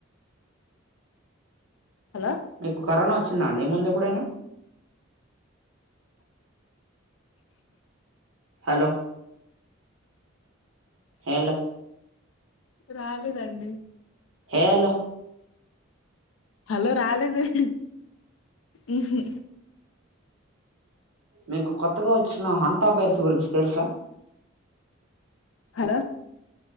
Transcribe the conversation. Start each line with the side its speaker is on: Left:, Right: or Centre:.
Left: హలో
Right: మీకు కరోనా వ వచ్చిదాండి ముందు ఎప్పుడైనా. హలో హేలో
Left: రాలేదండి
Right: హేలో
Left: హలో రాలేదండి హుహు
Right: మీకు కొత్తగా వచ్చిన హంటా బైర్స్ గురించి తెలుసా.
Left: హలో